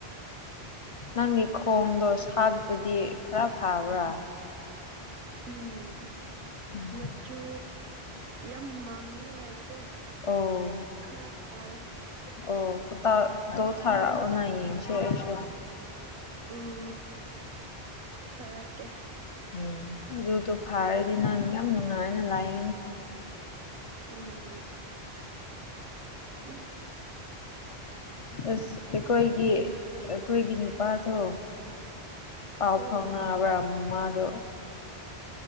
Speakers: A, on the left; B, on the right.
A: ꯅꯪꯒꯤ ꯈꯣꯡꯗꯣ ꯁꯥꯠꯄꯗꯤ ꯈꯔ ꯐꯕ꯭ꯔꯥ
B: ꯎꯝ
A: ꯎꯝ
B: ꯃꯆꯨ ꯌꯥꯝ ꯃꯝꯂꯒ ꯂꯥꯛꯕꯗꯣ꯫
A: ꯑꯣ
B: ꯈꯔ ꯐꯥꯔꯦ꯫
A: ꯑꯣ ꯐꯣꯠꯇ ꯐꯣꯇꯣ ꯊꯥꯔꯛꯎꯅ ꯌꯦꯡꯁꯤ ꯑꯩꯁꯨ꯫
B: ꯎꯝ ꯊꯔꯛꯀꯦ꯫
A: ꯎꯝ ꯑꯗꯨꯠꯇꯣ ꯐꯥꯔꯗꯤ ꯅꯪ ꯌꯥꯝ ꯅꯨꯡꯉꯥꯏꯅ ꯂꯥꯏꯒꯅꯤ꯫
B: ꯎꯝ꯫ <unintelligible>
A: ꯑꯁ ꯑꯩꯈꯣꯏꯒꯤ ꯑꯩꯈꯣꯏꯒꯤ ꯅꯨꯄꯥꯗꯣ꯫ ꯄꯥꯎ
B: ꯑꯥ
A: ꯐꯥꯎꯅꯕ꯭ꯔꯥ ꯃꯥꯗꯣ꯫